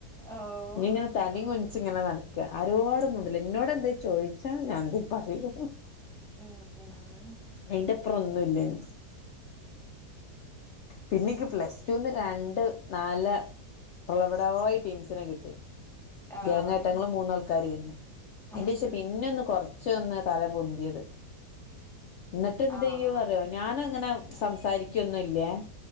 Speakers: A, in the centre; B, on the left (about 75°).
A: ഓഹ്
B: ഇഞ് ഇങ്ങനെ തല കു ച്ചിങ്ങനെ നടക്ക ആരോടും മുണ്ടൂല ഇന്നോട് എന്തേ ചോദിച്ചാ ഞാൻ എന്തേ പറയൂ
A: ഉം ഉം
B: അയിന്റപ്പുറം ഒന്നുല്ലേനു പിന്നെക്ക് പ്ലസ്റ്റൂന്ന് രണ്ട് നാല് തള്ളബഡായി ടീംസിനെ കിട്ടി
A: ആഹ്
B: ഗേങ്ങായിട്ട ഞങ്ങള് മൂന്നാൾക്കാരെനി ആയിന്റെഷം
A: ഉം ഉം
B: പിന്നെ കൊറച്ചൊന്ന് തല പൊന്തിയത് എന്നിട്ട് എന്ത്
A: ആഹ്
B: ചെയ്യോ
A: ആഹ്
B: അറിയോ ഞാന ഇങ്ങനെ സംസാരിക്കൊന്നുംല്ലേ